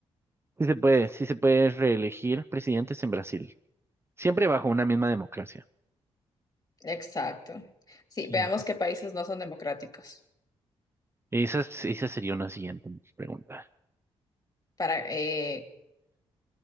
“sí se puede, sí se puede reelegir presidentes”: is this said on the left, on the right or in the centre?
Right